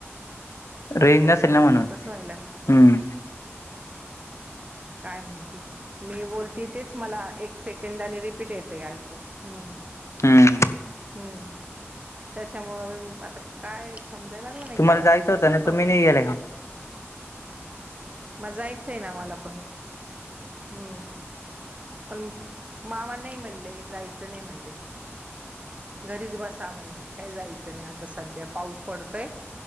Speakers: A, on the left (about 80°); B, on the right (about 30°).
A: रेंज
B: हो
A: नसेल
B: का
A: ना म्हणून.
B: तसं व्हायला लागलं
A: हम्म
B: काय माहिती. मी बोलती तेच मला एक सेकंदाने रिपीट येतय ऐकू. हम्म
A: हम्म
B: हम्म त्याच्यामुळ आता काय समजाय लागल नाही
A: तुम्हाला
B: काय
A: जायचं
B: बोलाव‌.
A: होतं <unintelligible>
B: मग जायच आहे ना मला पण. हम्म पण मामा नही म्हणले. जायच नही म्हणले. घरीच बसा म्हणे. काय जायच नाही आता सध्या पाऊस पडतोय.